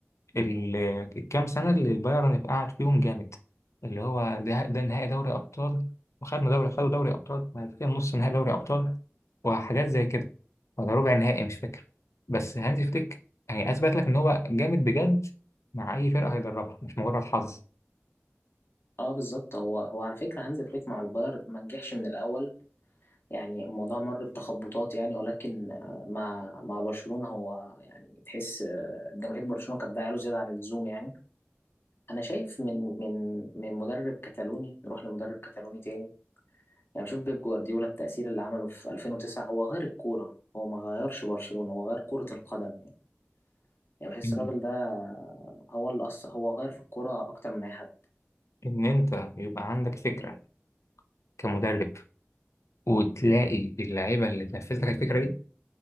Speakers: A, on the left; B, on the left.
A: ال- الكام سنة اللي البايرن قعد فيهم جامد اللي هو ده, ده نهائي دوري أبطال وخدنا دوري خدوا دوري أبطال بعد كده نص نهائي دوري أبطال وحاجات زي كده ولا ربع نهائي مش فاكر بس هانزي فليك يعني أثبت لك إن هو جامد بجد مع أي فرقة هيدربها مش مجرد حظ
B: اه بالظبط هو هو على فكره هانز فليك مع البايرن ما نجحش من الاول يعني الموضوع مر بتخبطات يعني ولكن آه، مع مع برشلونه هو يعني تحس آه، جماهير برشلونه كانت له زياده عن اللزوم يعني انا شايف من من من مدرب كتالوني نروح لمدرب كتالوني تاني يعني بشوف بيب جوارديولا التأثير اللي عمله في 2009 هو غير الكورة هو ما غيرش برشلونة هو غير كرة القدم يعني يعني بحس
A: إن
B: الراجل ده هو اللي أصلا هو غير في الكورة أكتر من أي حد
A: إن أنت يبقى عندك فكرة كمدرب وتلاقي اللعيبة اللي تنفذ لك الفكرة دي